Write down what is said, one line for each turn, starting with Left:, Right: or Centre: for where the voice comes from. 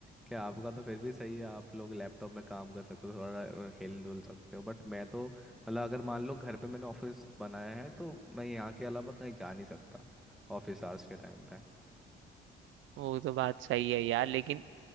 Centre: कि आपका तो फिर भी सही है आप लोग लैपटॉप में काम कर सकते हो थोड़ा हिल डुल सकते हो बट मैं तो मतलब अगर मान लो घर पे मैंने ऑफिस बनाया है तो मैं यहाँ के अलावा कहीं जा नहीं सकता ऑफिस आवर्स के टाइम पे
Right: वो तो बात सही है यार लेकिन